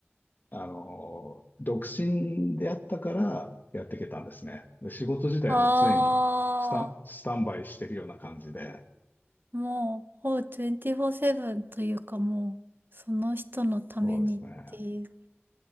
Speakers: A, on the left (about 45°); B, on the right (about 50°).
A: あの、独身であったからやっていけたんですね。で、仕事自体はもう常にスタ、
B: あ
A: スタンバイしてるような感じで。
B: あ。もう、ほう24/7というかもう、その人のためにっていう。
A: そうですね。